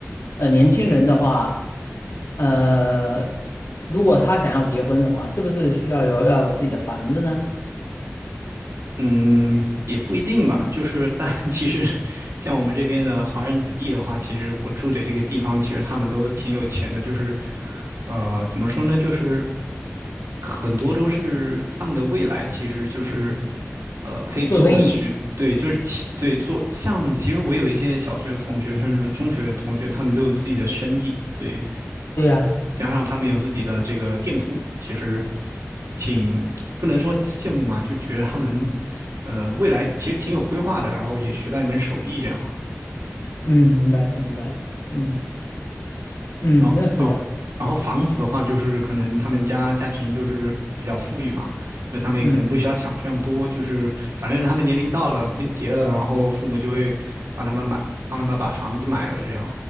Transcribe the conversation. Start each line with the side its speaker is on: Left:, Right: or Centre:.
Left: 呃，年轻人的话，呃，如果他想要结婚的话，是不是需要有要有自己的房子呢？
Right: 嗯，也不一定吧。就是，但 <laughs> 其实像我们这边的华人子弟的话，其实我住的这个地方，其实他们都挺有钱的。就是，呃，怎么说呢？就是很多都是他们的未来，其实就是，呃，可以做许，
Left: 做生意，
Right: 对，就是其对做像。其实我有一些小学的同学，甚至中学的同学，他们都有自己的生意。对，
Left: 对呀，
Right: 加上他们有自己的这个店铺，其实挺不能说羡慕嘛，就觉得他们呃未来其实挺有规划的，然后也学到一门手艺这样。
Left: 嗯，明白了，明白了，嗯嗯，
Right: 哦哦，
Left: 那是的，
Right: 然后房子的话，就是可能他们家家庭就是比较富裕嘛，就他们也可能不需要想这样多，
Left: 嗯
Right: 就是反正他们年龄到了，婚结了，然后父母就会帮他们买，帮他们把房子买了这样。